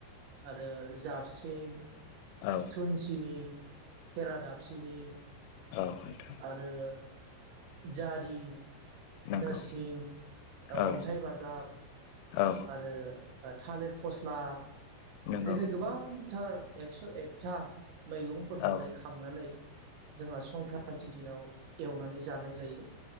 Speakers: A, on the right (about 75°); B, on the left (about 90°).
A: आरो ओ जाबस्रिं
B: औ
A: थुनसिनि खेरादाब फिनि
B: औ नोंथां
A: आरो जारि
B: नंगौ
A: नोरसिं,
B: औ
A: अन्थाइ बाजाब
B: औ
A: आरो थालिर फस्ला
B: नंगौ
A: बिदिनो गोबांथार एकस' एकथा मैगंफोरखौहाय
B: औ
A: खांनानै जोंहा संक्रान्ति दिनाव एवनानै जानाय जायो